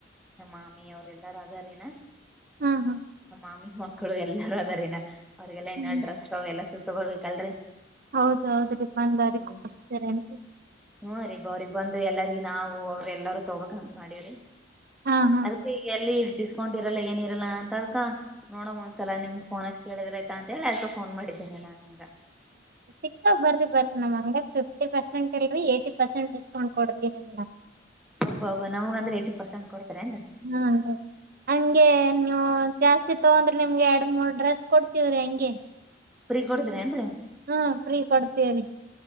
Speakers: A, in the centre; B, on the right (about 50°).
A: ನಮ್ಮ ಮಾಮಿ ಅವ್ರ ಎಲ್ಲಾರ ಅಾರನ
B: ಹಾ ಹಾ
A: ನಮ್ಮ ಮಾಮಿ ಮಕ್ಕಳು ಎಲ್ಲಾರೂ ಅದಾರನ ಅವಿಗೆಲ್ಲಾ ಇನ್ನ
B: ಹ್ಮ್
A: ಡ್ರೆಸ್ ತ ಎಲ್ಲ ಸೂ ತಗೋಬೇಕಲ್ರರಿ
B: ಹೌದೌದ್ರಿ ಬಂದಾರಿ
A: ಹ್ಮ್
B: ಕೊಸ್ತರೇನ್ರಿ
A: ಹ್ಮ್ ರೀ ಬ್ರಿಗೆ ಬಂದು ಎಲ್ಲರಿ ನಾವು ಅವ್ರ ಎಲ್ಲಾರೂ ತಗೋಕ್ಂತ ಮಾಡೀವ್ರಿ
B: ಹಾ ಹಾ
A: ಅದಕ್ಕೆ ಈಗ ಎಲ್ಲಿ ಡಿಸ್ಕೌಂಟ್ ಇರಲ್ಲ ಏನ ಇರಲ್ಲ ಅಂತ ಅದಕ ನೋಡ ಒಂದ್ಸಲ ನಿಮ್ಗ್ ಫೋನ್ ಕೇಳಿದ್ರ ಆಯ್ತ ಅಂತ ಹೇಳಿ ಅದ್ಕ ಫೋನ್ ಮಾಡಿದ್ದೇನೆ ನಾನ್ ನಿಮ್ಗ
B: ಸಿಕ್ಕ ಬನ್್ರಿ ಬನ್ರಿ ನಮ್ಂಗ ಫಿಫ್ಟಿ ಪರ್ಸೆಂಟ್ ಇಲ್ರಿ ಏಟಿ ಪರ್ಸೆಂಟ್ ಡ್ಕೌಂಟ್ ಕೊಡ್ತತಿ ನಿಮ್ಗೆ
A: ಒಬ್ಬಬ್ಬ ನಮಗಂದ್ರೆ ಏಟಿ ಪರ್ಸೆಟ್ಡ್ಾರೆ ಹೆಂಗ
B: ಹ್ಮ ಹಂಗೆ ನೀವು ಜಾಸ್ತಿ ತಗೊಂಡ್ರೆ ನಿಮ್ಗೆ ಎರಡು ಮೂರ್ ಡ್ರೆಸ್ ಕೊಡ್ತೀವ್ರಿ ಹಂಗೆ
A: ಫ್ರೀ ಕೊಡ್ತಿರಿ ಏನ್ರೀ.
B: ಹಾ ಫ್ರೀ ಕೊಡ್ತೇವರಿ.